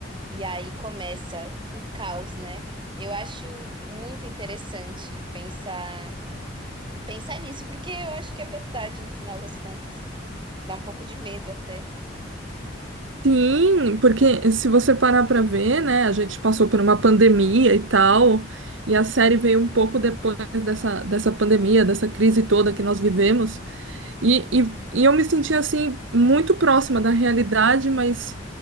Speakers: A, on the right; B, on the right.
A: E aí começa o caos, né? Eu acho muito interessante pensar pensar nisso, porque eu acho que é verdade no final das contas. Dá um pouco de medo até.
B: Sim, porque se você parar para ver, né, a gente passou por uma pandemia e tal, e a série veio um pouco depois dessa, dessa pandemia, dessa crise toda que nós vivemos, e, e, e eu me senti assim muito próxima da realidade, mas